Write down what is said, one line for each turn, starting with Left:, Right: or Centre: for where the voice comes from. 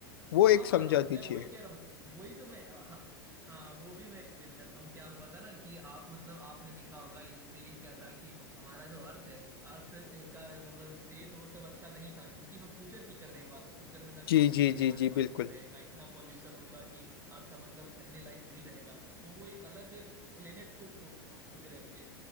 Left: वो
Right: हाँ
Left: एक समझा
Right: हाँ हाँ
Left: दीजिए
Right: मैं वही कह रहा हूँ वही तो मैं अ, हाँ हाँ वो भी मैं एक्सप्लेन करता हूँ क्या हुआ था ना कि आप मतलब आपने देखा होगा इनिशियली क्या था कि हमारा जो अर्थ है अर्थ का मतलब स्टेट वो सब अच्छा नहीं था क्योंकि हम फ्यूचर की कर रहे हैं बात फ्यूचर में ना
Left: जी
Right: खाने
Left: जी
Right: के लिए
Left: जी
Right: हमारे
Left: जी
Right: पास
Left: बिल्कुल
Right: कुछ रहेगा इतना पॉल्यूशन होगा कि अर्थ मतलब रहने लायक नहीं रहेगा तो वो एक अलग प्लेनेट को खोज रहे